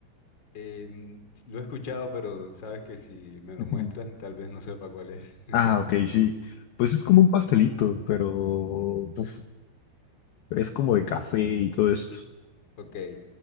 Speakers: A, on the left; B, on the left.
A: Eh, n- lo he escuchado, pero sabes que si me lo
B: Ujú.
A: muestran, tal vez no sepa cuál es. <laughs>
B: Ah, ok, sí. Pues es
A: Sí,
B: como un pastelito, pero uf, es como de café y todo esto.
A: ok.